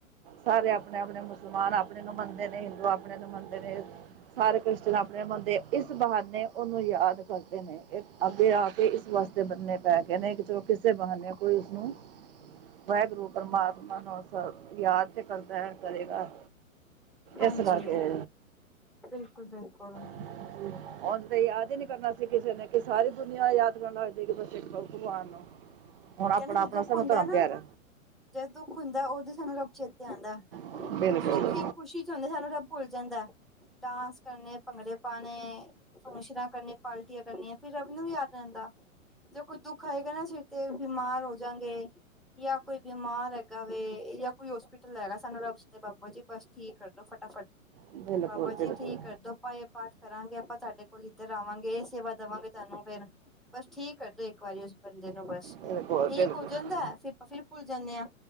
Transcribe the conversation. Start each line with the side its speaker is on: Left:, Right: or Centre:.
Right: ਸਾਰੇ ਆਪਣੇ ਆਪਣੇ ਮੁਸਲਮਾਨ ਆਪਣੇ ਨੂੰ ਮੰਨਦੇ ਨੇ, ਹਿੰਦੂ ਆਪਣੇ ਨੂੰ ਮੰਨਦੇ ਨੇ। ਸਾਰੇ ਕ੍ਰਿਸ਼ਚਨ ਆਪਣੇ ਮੁੰਨਦੇ, ਇਸ ਬਹਾਨੇ ਉਹਨੂੰ ਯਾਦ ਕਰਦੇ ਨੇ, ਇਹ ਅੱਗੇ ਆ ਕੇ ਇਸ ਵਾਸਤੇ ਬੰਨੇ ਪੈ ਗਏ ਨੇ, ਕਿ ਚਲੋਂ ਕਿਸੇ ਬਹਾਨੇ ਕੋਈ ਉਸਨੂੰ ਵਾਹਿਗੁਰੂ ਪ੍ਰਮਾਤਮਾ ਨੂੰ ਯਾਦ ਤੇ <unintelligible> ਕਰੇਗਾ।
Centre: ਹਾਂਜੀ
Right: ਇਸ ਕਰਕੇ
Centre: ਬਿਲਕੁਲ ਬਿਲਕੁਲ।
Right: <unintelligible> ਉਝ ਤੇ ਯਾਦ ਹੀ ਨੀ ਕਰਨਾ ਸੀ ਕਿਸੇ ਨੇ, ਕਿ ਸਾਰੀ ਦੁਨੀਆਂ ਯਾਦ ਕਰਨਾ ਹੋ ਕਿ ਇੱਕ ਭਗਵਾਨ ਨੂੰ। ਹੁਣ ਆਪਣਾ
Centre: ਕਹਿੰਦਾ ਜੇ
Right: ਆਪਣਾ
Centre: ਦੁੱਖ
Right: ਸਾਨੂੰ
Centre: ਹੁੰਦਾ
Right: ਧਰਮ
Centre: ਨਾ
Right: ਪਿਆਰਾ
Centre: ਜਦੋਂ ਦੁੱਖ ਹੁੰਦਾ ਉਦੋਂ ਸਾਨੂੰ ਰੱਬ ਚੇਤੇ ਆਉਂਦਾ,
Right: ਹੈ। ਬਿਲਕੁਲ
Centre: ਸੁੱਖੀ ਖੁਸ਼ੀ ਚ ਹੁੰਦੇ, ਸਾਨੂੰ ਸਭ ਭੁੱਲ ਜਾਂਦਾ, ਡਾਂਸ ਕਰਨੇ ਭੰਗੜੇ ਪਾਂਣੇ <unintelligible> ਕਰਨ ਪਾਲਟੀਆਂ ਕਰਨੀਆਂ, ਫਿਰ ਰੱਬ ਨੀ ਉਹ ਯਾਦ ਰਹਿੰਦਾ, ਜ ਕੋਈ ਦੁੱਖ ਆਏਗਾ ਨਾ ਸਿਰ ਤੇ ਬਿਮਾਰ ਹੋ ਜਾਂਗੇ ਜਾਂ ਕੋਈ ਬਿਮਾਰ ਹੈਗਾ ਵੇ ਜਾਂ ਕੋਈ ਹੋਸ ਪੀਟਲ ਹੈਗਾ, ਸਾਨੂੰ ਰੱਬ ਤੇ ਬਾਬਾ ਜੀ ਬਸ ਠੀਕ ਕਰਦੋ, ਫਟਾਫਟ
Right: ਬਿਲਕੁਲ
Centre: ਬਾਬਾ ਜੀ
Right: ਬਿਲਕੁਲ
Centre: ਠੀਕ
Right: ਬਿਲਕੁਲ
Centre: ਕਰਦੋ। ਆਪਾਂ ਇਹ ਪਾਠ ਕਰਾਂਗੇ, ਆਪਾਂ ਸਾਡੇ ਕੋਲ ਇੱਧਰ ਆਵਾਂਗੇ, ਇਹ ਸੇਵਾ ਦੇਵਾਂਗੇ ਸਾਨੂੰ ਫੇਰ। ਬਸ ਠੀਕ ਕਰਦੋ ਇੱਕ ਵਾਰੀ ਉਸ ਬੰਦੇ ਨੂੰ ਬਸ।
Right: ਬਿਲਕੁਲ
Centre: ਠੀਕ
Right: ਬਿਲਕੁਲ
Centre: ਹੋ ਜਾਂਦਾ ਐ, ਫਰ ਫਿਰ ਭੁੱਲ ਜਾਂਦੇ ਆ,